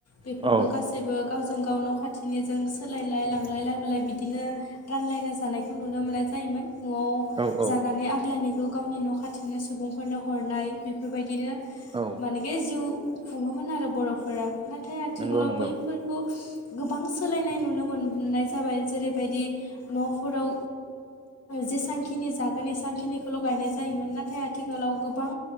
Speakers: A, on the left (about 55°); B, on the right (about 20°).
A: बेफोरखौ
B: औ
A: गासैबो गावजों गाव न' खाथिनिजों सोलायलाय लांलाय लाबोलाय बिदिनो रानलायना जानायखौ नुनो मोननाय। जायोमोन न'आव
B: औ औ
A: जानानै आग्लायनाय बे गावनि न' खाथिनो सुबुंफोरनो हरनाय बेफोरबायदिनो
B: औ
A: मानोकि जिउ खुङोमोन आरो बर'फोरा नाथाय आथिखालाव
B: नंगौ नंगौ
A: बैफोरखौ गोबां सोलायनाय नुनो मोननाय जाबाय जेरैबायदि न'फोराव जेसांखिनि जागोन एसांखिनिखौल' गायनाय जायोमोन नाथाय आथिखालाव गोबां